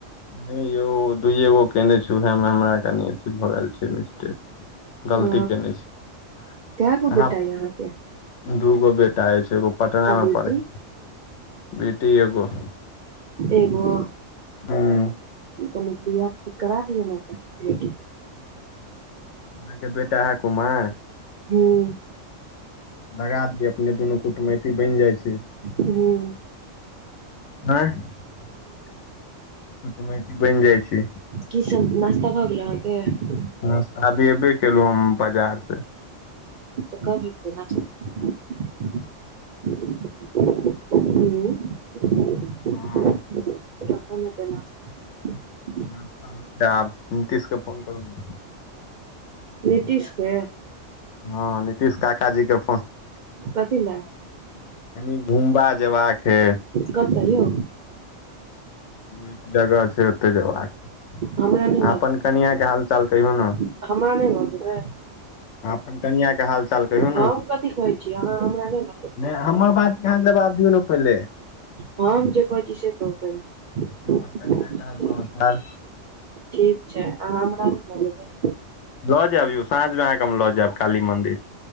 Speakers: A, on the left; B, on the right.
A: नै यौ दुइए गो केने छी, उहेमे हमरा एकटा गलती भा गेल छै मिस्टेक
B: अ
A: गलती केने छी <inaudible>
B: कै गो
A: अहाँ।
B: बेटा य अहाँके
A: दूगो बेटा अछि। एगो पटना
B: आ
A: मे
B: बेटी
A: पढ़ै <inaudible> बेटी एगो
B: एगो?
A: हूं।
B: कनी बिहा ठीक करा दिऔ ने ओकर बेटीके।
A: अहाँके बेटा हा कुमार?
B: हुं।
A: लगा दिअ, अपने दुनू कुटमैती बनि जाइ छी।
B: हुं।
A: आंय <inaudible> कुटमैती बनि जाइ छी।
B: की सब नाश्ता भ गेलै अहाँके?
A: नाश्ता अभी एबे केलहुं हें हम बाजार से।
B: त कब हेतै नाश <inaudible> ह <unintelligible> कखनि
A: हँ
B: हेतै नाश्ता?
A: नाश्ता होतै आब, नीतीश के फोन करू न।
B: नीतीशके?
A: हँ नीतीश काका जी के फोन <inaudible> कनी
B: कथी लए
A: घुमबा जेबाके
B: कत यौ?
A: एक जगह छै ओतै जेबाक ऐ। अहाँ
B: हमरा नहि
A: अपन कनिआंके हाल चाल कहियौ न?
B: आ हमरा नै ल जेबै?
A: अपन कनिया के हाल चाल कहियौ
B: हम कथी कहै छी, आहां हमरा नै ल जे
A: नै हमर बातके आहां जवाब दियौ ने पहिले।
B: हम जे कहै छी से कहु पहिले।
A: अपन कनिया के हाल समाचार
B: ठीक छै अहाँ हमरा नै ल जेबै।
A: ल जाएब यौ, साँझमे अहाँके हम ल जाएब काली मन्दिर।